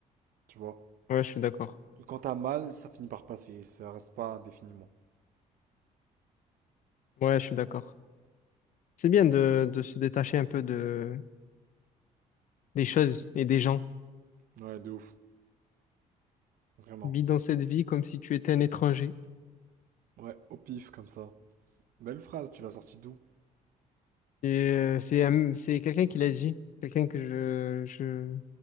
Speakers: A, on the right; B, on the left.
A: Tu vois?
B: ouais, je suis d'accord.
A: Que quand t'as mal, ça finit par passer. Ça reste pas indéfiniment.
B: Ouais, je suis d'accord. C'est bien de, de se détacher un peu de, des choses et des gens.
A: Ouais, de ouf. Vraiment.
B: Vis dans cette vie comme si tu étais un étranger.
A: Ouais, au pif, comme ça. Belle phrase, tu l'as sortie d'où?
B: Et euh, c'est un- c'est quelqu'un qui l'a dit, quelqu'un que je, je,